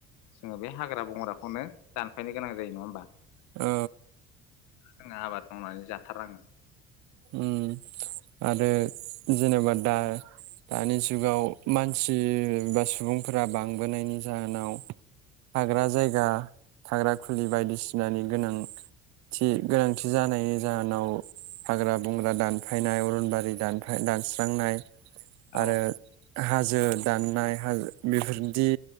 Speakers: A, on the left; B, on the right.
A: जोङो बे हाग्रा बंग्राखौनो दानफायनो गोनां जायो नङा होमबा?
B: औ।
A: जोंना आबाद मावनानै जाथारनांगोन।
B: ओम आरो जेनेबा दा-दानि जुगाव मानसि बा सुबुंफोरा बांबोनायनि जाहोनाव थाग्रा जायगा थाग्रा खुलि बायदिसिनानि गोनांथि गोनांथि जानायनि जाहोनाव हाग्रा बंग्रा दानफायनाय अरनबारि दानफाय दानस्रांनाय।
A: औ
B: आरो हाजो। दाननाय हजो बेफोरदि